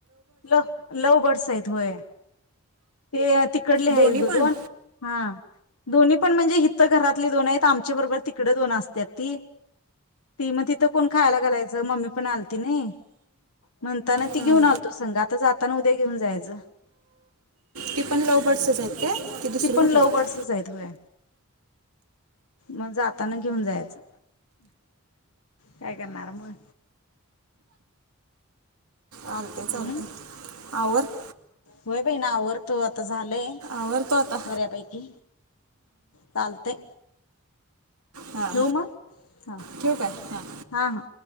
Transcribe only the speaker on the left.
लव, लव बर्डस हाईत होय. तेअ ति कडले
हायत ग
दोन. हां. दोन्ही पण म्हणजे, हिथं घरातले दोन आहेत. आमच्याबरोबर तिकड दोन असत्यात ती, ती म तिथं कोण खायला घालायचं? मम्मी पण आलती नाई, म्हणताना ती
घेऊन- आलतो संग, आता जाताना उद्या घेऊन जायचं.
ती पण
लव
बर्ड्सच आहेत होय मग जाताना घेऊन जायचं. काय करणार मग?
हम्म
होय बाईणा आवर. तो आता झालंय.
बऱ्यापैकी चालतय.
ठेवू मग, हां
हा हां.